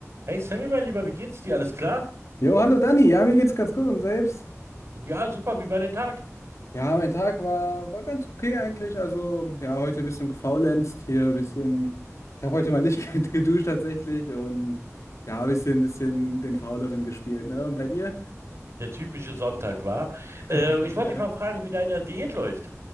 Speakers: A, on the right; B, on the left.
A: Hey Sammy, mein Lieber, wie geht's dir? Alles klar?
B: Jo, hallo Dani, ja, mir geht's ganz gut und selbst?
A: Ja, super, wie war der Tag?
B: Ja, mein Tag war, war ganz okay eigentlich. Also, ja, heute ein bisschen gefaulenzt, hier ein bisschen. Ich habe heute mal nicht <laughs> geduscht tatsächlich und ja, ein bisschen, bisschen den Fauleren gespielt, ne? Und bei dir?
A: Der typische Sonntag war. Äh,
B: <laughs>
A: ich
B: Ja.
A: wollte dich mal fragen, wie deine Diät läuft.